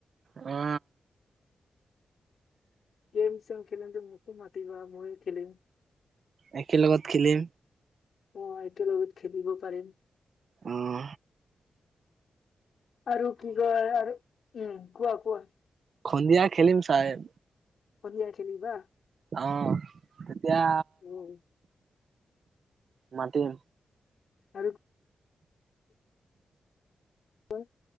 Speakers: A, on the right; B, on the left.
A: অ
B: গেম ছেম খেলিবলে মোকো মাতিবা ময়ে খেলিম
A: একে লগত খেলিম
B: অ', এইটো লগত খেলিব পাৰিম।
A: উম।
B: আৰু কি কয় আৰু উম কোৱা কোৱা।
A: সন্দিয়া খেলিম চাইট।
B: সন্ধিয়া খেলিবা
A: অ', তেতিয়া
B: অ'
A: মাতিম।
B: আৰু অই